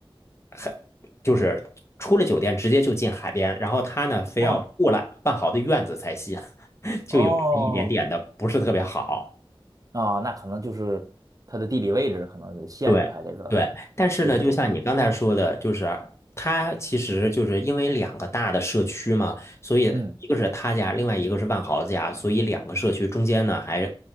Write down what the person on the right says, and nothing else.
嗯哦
哦，啊那可能就是他的地理位置可能就限制他这个这种做法。
嗯